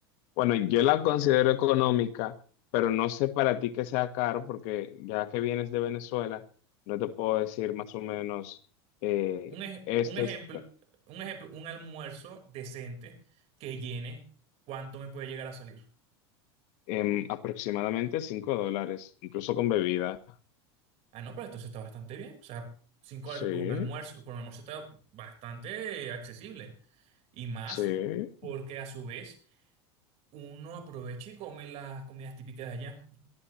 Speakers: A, on the left (about 60°); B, on the right (about 55°).
A: Bueno, yo la considero económica, pero no sé para ti que sea caro, porque ya que vienes de Venezuela, no te puedo decir más o menos, eh,
B: Un, ej-
A: esto
B: un ejemplo,
A: es ca-
B: un ejemplo, un almuerzo decente que llene cuánto me puede llegar a salir.
A: em, aproximadamente 5 dólares, incluso con bebida.
B: Ah, no, pero entonces está bastante bien. O sea, cinco
A: Sí,
B: dólares por un almuerzo, por un almuerzo está bastante accesible. Y más
A: sí.
B: porque a su vez uno aprovecha y come las comidas típicas de allá.